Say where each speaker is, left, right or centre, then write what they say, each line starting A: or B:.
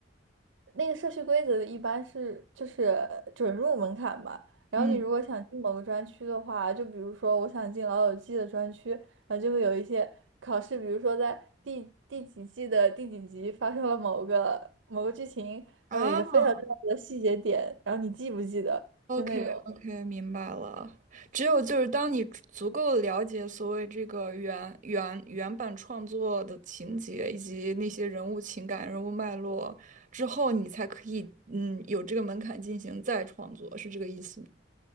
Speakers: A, on the right; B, on the right.
A: 那个社区规则一般是就是准入门槛嘛，然后你如果想进某个专区的话，
B: 嗯，
A: 就比如说我想进老友记的专区，然后就会有一些考试，比如说在第第几季的第几集发生了某个某个剧情，
B: 啊，
A: 然后有一个非常重要的细节点，然后你记不记得，
B: OK
A: 就那种。
B: OK，明白了。只有就是当你足够了解所谓这个原原原版创作的情节以及那些人物情感、人物脉络之后，你才可以嗯有这个门槛进行再创作，是这个意思吗？